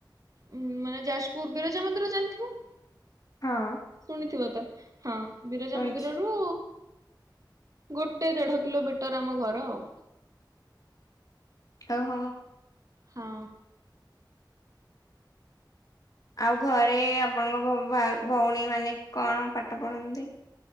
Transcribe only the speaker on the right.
ଉଁ ମାନେ ଯାଜପୁର ବିରଜା ମନ୍ଦିର ଜାନଥିବ।
ଶୁଣିଥିବ ତ ହଁ ବିରଜା
ମନ୍ଦିରରୁ ଗୋଟେ ଦେଢ କିଲୋମିଟର ଆମ ଘର ଆଉ।
ହଁ।